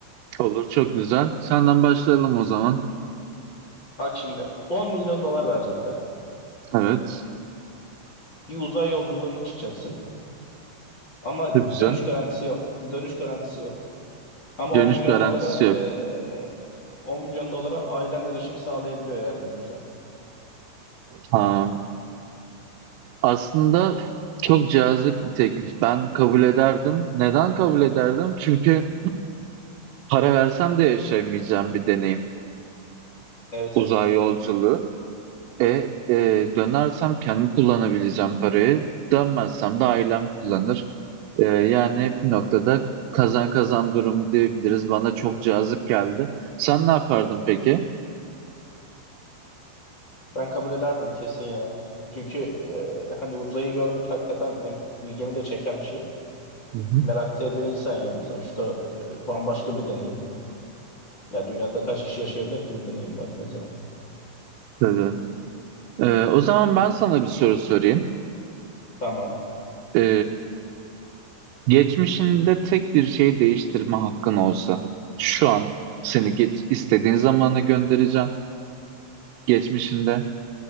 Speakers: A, on the right; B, on the left.
A: Olur çok güzel. Senden başlayalım o zaman.
B: Bak şimdi 10 milyon dolar verecekler.
A: Evet
B: Bir uzay yolculuğuna çıkacaksın ama
A: çok güzel.
B: dönüş garantisi yok. Dönüş garantisi yok. Ama
A: Dönüş
B: 10 milyon
A: garantisi
B: dolara
A: yok.
B: eee 10 milyon dolara ailen erişim sağlayabiliyor eğer ölürsen.
A: Ha, aslında çok cazip bir teklif. Ben kabul ederdim. Neden kabul ederdim? Çünkü para versem de yaşayamayacağım bir deneyim.
B: Evet
A: Uzay
B: evet.
A: yolculuğu. E, e, dönersem kendim kullanabileceğim parayı. Dönmezsem de ailem kullanır. E, yani bir noktada kazan kazan durum diyebiliriz. Bana çok cazip geldi. Sen ne yapardın peki?
B: Ben kabul ederdim kesin ya. Çünkü eee, hani uzayı görmek hakikaten hem ilgimi de çeken bir şey.
A: Hı hı.
B: Merak da ediyor insan yani sonuçta eee, bambaşka bir deneyim. Ya dünyada kaç kişi yaşayabilir ki bu deneyim baktığın zaman?
A: Tabii. E, o zaman ben sana bir soru sorayım.
B: Tamam.
A: E, geçmişinde tek bir şey değiştirme hakkın olsa, şu an seni geç, istediğin zamana göndereceğim. Geçmişinde